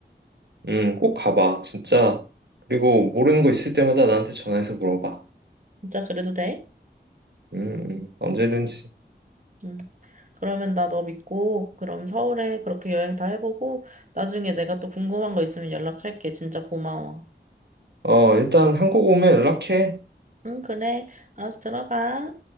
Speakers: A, on the right; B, on the right.
A: 음, 꼭 가봐, 진짜. 그리고 모르는 거 있을 때마다 나한테 전화해서 물어봐.
B: 진짜 그래도 돼?
A: 음, 음, 언제든지.
B: 응. 그러면 나 너 믿고 그럼 서울에 그렇게 여행 다 해보고 나중에 내가 또 궁금한 거 있으면 연락할게. 진짜 고마워.
A: 어, 일단 한국 오면 연락해.
B: 응, 그래. 알았어, 들어가.